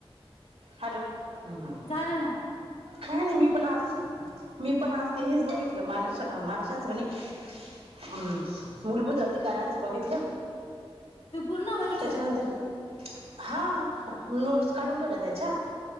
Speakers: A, on the right; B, on the left.
A: हॅलो हम्म हम्म
B: झाल ना
A: काय नाही मी पण आज मी पण आज ते हेच बघितलं मान मानसशास्त्रनी हम्म मूलभूत अधिकाऱ्यांचं बघितलं.
B: तू पूर्ण बघितलं
A: त्याच्यानंतर
B: का
A: हा नोट्स काढून ठेवल्या त्याच्या